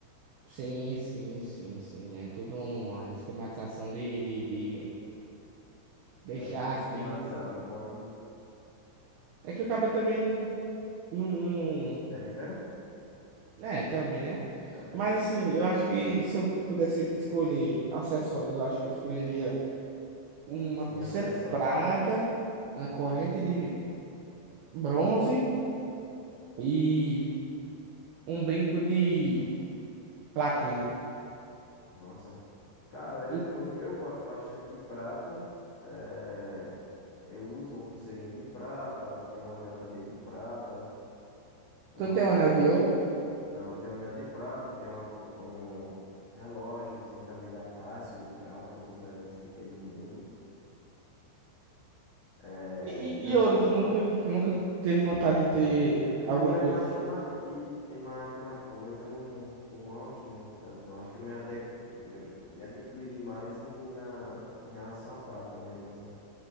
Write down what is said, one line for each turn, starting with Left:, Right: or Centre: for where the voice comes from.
Right: Sim, sim, sim, sim. É tudo uma esquematização de, de, de deixar
Left: É tudo
Right: aquilo.
Left: esquematizado. Não pode...
Right: É que o cara também não, não.
Left: É de ferro?
Right: É, também, né?
Left: Também.
Right: Mas assim, eu acho que se eu pudesse escolher acessórios, eu acho que eu escolheria uma
Left: Sim,
Right: pulseira
Left: acessórios.
Right: de prata, uma corrente de bronze e um brinco de platina.
Left: Nossa. Cara, eu
Right: E
Left: gosto, eu gosto bastante de prata. É, eu uso uma pulseirinha de prata, tem um anel também de prata. Uma,
Right: tu tem
Left: uma-
Right: um anel de ouro?
Left: não, tem um anel de prata, tem uma, pu- um relógiozinho também da Casio de prata, um dos melhores que tem no mundo. É,
Right: E, e
Left: tenho,
Right: e ouro, tu nunca, nunca teve vontade de ter
Left: É porque
Right: alguma
Left: ouro é
Right: coisa
Left: mais
Right: assim?
Left: chamativo, tem mais aquela coisa, eu não, não gosto muito tanto, não. Acho que eu me, ade me, me adquiri mais em, na, em relação à prata mesmo, assim.